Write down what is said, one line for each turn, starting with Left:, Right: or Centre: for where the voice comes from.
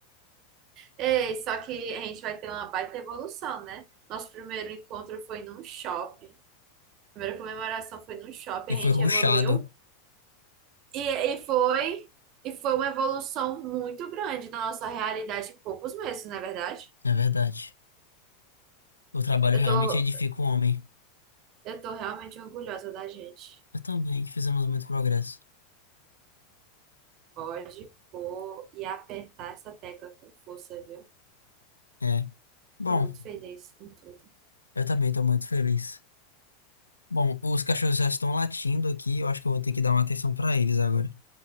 Right: Ei, só que a gente vai ter uma baita evolução, né? Nosso primeiro encontro foi num shopping. Primeira comemoração foi num shopping,
Left: E
Right: a
Left: foi
Right: gente
Left: ruchado.
Right: evoluiu. E, e foi e foi uma evolução muito grande na nossa realidade em poucos meses, não é verdade?
Left: É verdade. O trabalho
Right: Eu
Left: realmente
Right: tô,
Left: edifica o homem.
Right: eu tô realmente orgulhosa da gente.
Left: Eu também. Fizemos muito progresso.
Right: Pode pôr e apertar essa tecla com força, viu?
Left: É. Bom.
Right: Tô muito feliz com tudo.
Left: Eu também estou muito feliz. Bom, os cachorros já estão latindo aqui, eu acho que eu vou ter que dar uma atenção para eles agora.